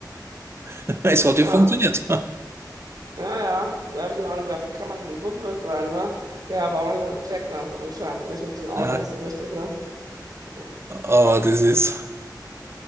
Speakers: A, on the right; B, on the right.
A: <laughs> Es hat ja
B: ja,
A: funktioniert. <laughs>
B: ja, ja. Da habe ich mir auch nur gedacht, wie kann man denn so blöd sein, ne? Ja, aber man checkt das anscheinend nicht mit den Autos
A: Ja,
B: so richtig, ne? Ja.
A: Aber das ist